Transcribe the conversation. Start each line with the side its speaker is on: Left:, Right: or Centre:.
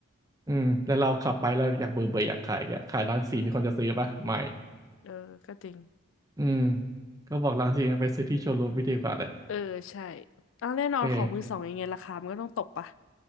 Right: อืมแล้วเราขับไปแล้วอยากเบื่อเบื่ออยากขายแกขายล้านสี่มีคนจะซื้อปะไม่
Left: เออก็จริง
Right: อืมก็บอกล้านสี่ไปซื้อที่โชว์รูมไม่ดีกว่าเลย
Left: เออใช่อ้าวแน่นอนของมือสองยังไงราคามันก็ต้องตกปะ
Right: เออ